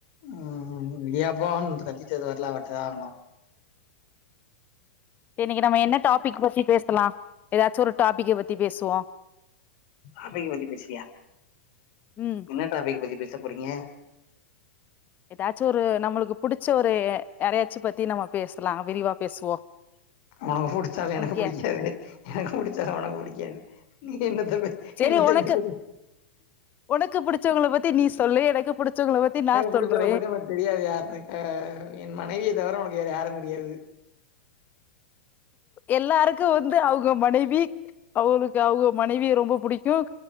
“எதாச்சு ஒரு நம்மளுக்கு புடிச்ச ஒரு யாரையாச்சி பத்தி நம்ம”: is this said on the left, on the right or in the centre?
Left